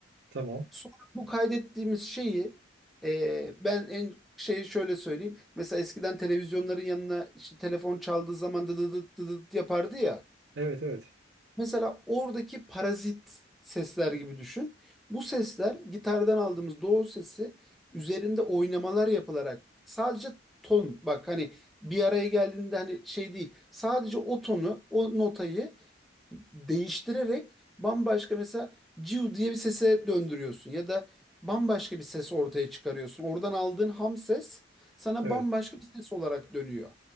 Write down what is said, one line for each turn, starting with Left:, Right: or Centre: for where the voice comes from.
Right: Tamam.
Centre: Sonra bu kaydettiğimiz şeyi e, ben en şey şöyle söyleyeyim. Mesela eskiden televizyonların yanına işte telefon çaldığı zaman dı dı dı dı dı yapardı ya.
Right: Evet evet.
Centre: Mesela oradaki parazit sesler gibi düşün. Bu sesler gitardan aldığımız doğu sesi üzerinde oynamalar yapılarak sadece ton bak hani bir araya geldiğinde hani şey değil sadece o tonu o notayı değiştirerek bambaşka mesela ciu diye bir sese döndürüyorsun ya da bambaşka bir ses ortaya çıkarıyorsun. Oradan aldığın ham ses sana
Right: Evet.
Centre: bambaşka bir ses olarak dönüyor.